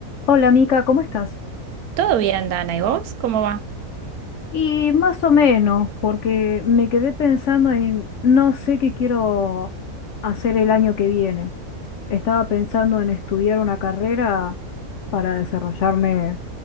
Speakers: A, on the left; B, on the right.
A: Hola Mica, ¿cómo estás?
B: Todo bien, Dana, ¿y vos? ¿Cómo va?
A: Y más o menos, porque me quedé pensando en no sé qué quiero hacer el año que viene. Estaba pensando en estudiar una carrera para desarrollarme